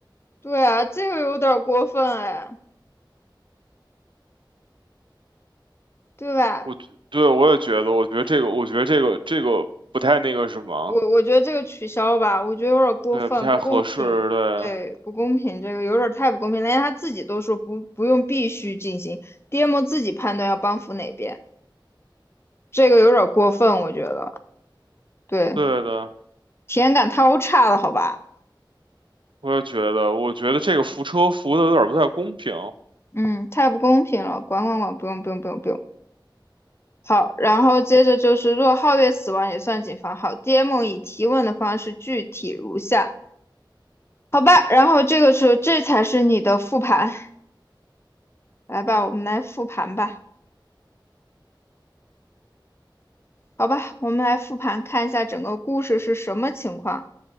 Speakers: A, on the left; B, on the right.
A: 对啊，这个有点过分哎，对吧？
B: 我对我也觉得，我觉得这个，我觉得这个这个不太那个什么，
A: 我我觉得这个取消吧，我觉得有点过分，
B: 对，不太合适，
A: 不公平，
B: 对，
A: 对，不公平，这个有点太不公平了，连他自己都说不不用必须进行，DM 自己判断要帮扶哪边，这个有点过分，我觉得，对，
B: 对的，
A: 体验感太差了，好吧？
B: 我也觉得，我觉得这个扶车扶的有点不太公平。
A: 嗯，太不公平了，管管管，不用不用不用不用。好，然后接着就是，若皓月死亡也算警方。好，DM 以提问的方式具体如下：好吧，然后这个时候这才是你的复盘，来吧，我们来复盘吧。好吧，我们来复盘看一下整个故事是什么情况。